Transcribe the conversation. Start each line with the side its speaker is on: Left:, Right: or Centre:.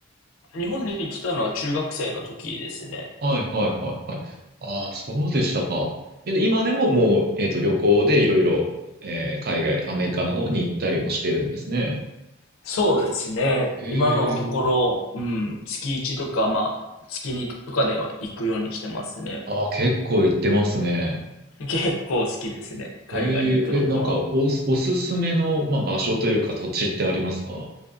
Left: 日本に来たのは中学生の時ですね。
Right: はいはいはいはい。ああ、そうでしたか。え、で今でももう、えっと、旅行でいろいろ、えー海外、アメリカの方に行ったりもしてるんですね。
Left: そうですね。
Right: ええ
Left: 今のところ、うん、月1とか、まあ、月にとかでは行くようにしてますね。
Right: ああ、結構行ってますね。
Left: 結構好きですね。海外に行くのは。
Right: えええ、なんかおす、おすすめの、まあ、場所というか土地ってありますか